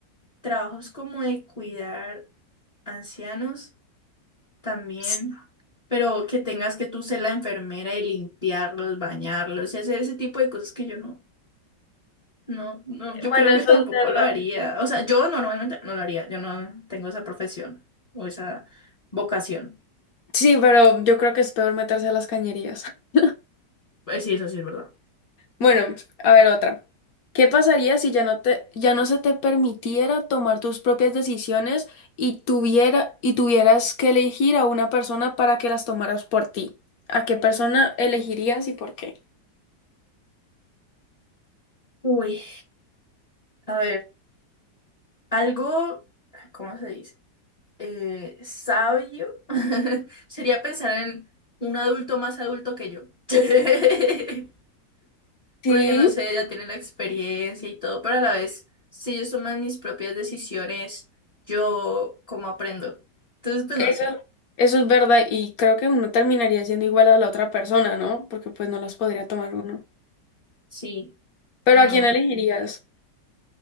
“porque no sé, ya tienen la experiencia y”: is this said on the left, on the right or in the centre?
Left